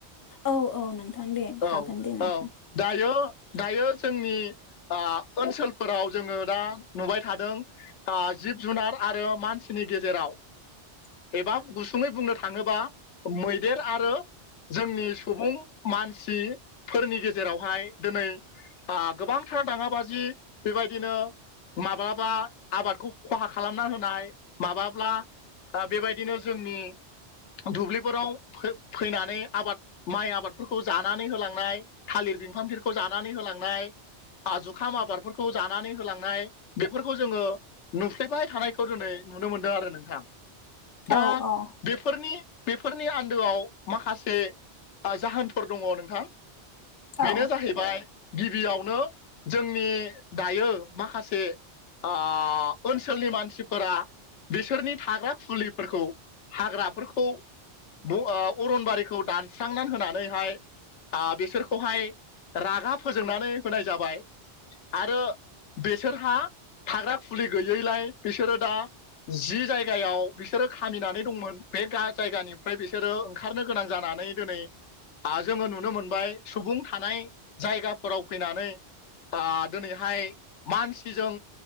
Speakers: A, on the left (about 25°); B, on the left (about 80°).
A: औ औ नोंथां दे
B: औ
A: हागोन दे नोंथां।
B: औ दायो दायो जोंनि आ ओनसोलफोराव जोङो दा नुबाय थादों आ जिब जुनार आरो मानसिनि गेजेराव एबा गुसुङै बुंनो थाङोबा मैदेर आरो जोंनि सुबुं मानसिफोरनि गेजेरावहाय दोनै ओ गोबांथार दाङाबाजि बेबायदिनो माब्लाबा आबादखौ खहा खालामना होनाय माबाब्ला आ बेबायदिनो जोंनि दुब्लिफोराव फै-फैनानै आबाद माइ आबादफोरखौ जानानै होलांनाय थालिर बिफांफोरखौ जानानै होलांनाय जुखाम आबादफोरखौ जानानै होलांनाय बेफोरखौ जोङो नुफ्लेबाय थानायखौ दिनै नुनो मोनदों आरो नोंथां। दा
A: औ औ
B: बेफोरनि बेफोरनि आन्दोआव माखासे आ जाहोनफोर दङ नोंथां। बेनो
A: औ
B: जाहैबाय गिबियावनो जोंनि दायो माखासे आ ओनसोलनि मानसिफोरा बिसोरनि थाग्रा खुलि फोरखौ हाग्राफोरखौ बो ओ अरनबारिखौ दानस्रांनानै होनानैहाय आ बिसोरखौहाय रागा फोजोंनानै होनाय जाबाय। आरो बेसोरहा थाग्रा खुलि गैयैलाय बिसोरो दा जि जायगायाव बिसोरो खामिनानै दंमोन बे गा जायगानिफ्राय बिसोरो ओंखारनो गोनां जानानै दोनै आ जोङो नुनो मोनबाय सुबुं थानाय जायगाफोराव फैनानै आ दोनैहाय मानसिजों